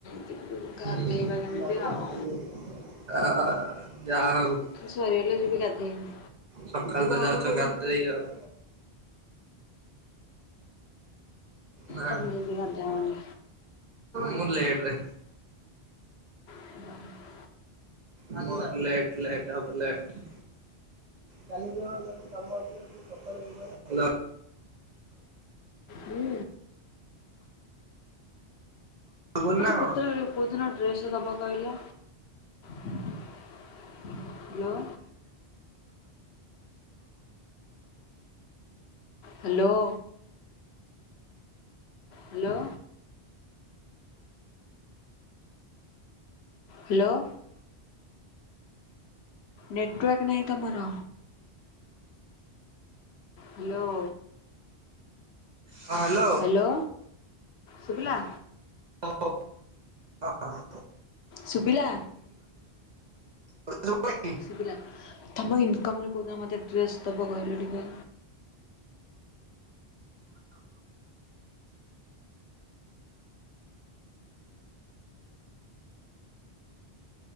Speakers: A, on the left (about 75°); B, on the right (about 45°).
A: ଯିବି ଗାଧେଇବା
B: <inaudible>
A: କେମିତି ଆଉ
B: ଅ ଯା ହଉ
A: ସରିଗଲେ ଯିବି ଗାଧେଇବି
B: ସକାଳୁ ତ ଯାଉଛ ଗାଧେଇ ଆଉ ନାଁ
A: ତମେ ଗାଧାଅନି
B: ମୁଁ ଲେଟରେ
A: <unintelligible>
B: ମୋର ଲେଟ ଲେଟ ହବ ଲେଟ। ହାଲୋ।
A: ହୁଁ।
B: ଶୁଭୁନି
A: ମତେ
B: ନା
A: କୋଉଦିନ
B: କଣ ହଁ
A: ଡ୍ରେସ ଦବ କହିଲ? Hello. Hello. Hello. Hello. Network ନାହିଁ ତମର? ହ୍ୟାଲୋ।
B: ହଁ ହ୍ୟାଲୋ।
A: ହ୍ୟାଲୋ ସୁଭିଲା।
B: ହଁ। ହଁ ହଁ।
A: ସୁବିଲା?
B: ହ୍ୟାଲୋ।
A: ସୁବିଲା ତମ ଇନକମରେ କୋଉ ଦିନ ମତେ ଡ୍ରେସ ଦବ କହିଲ ଟିକେ?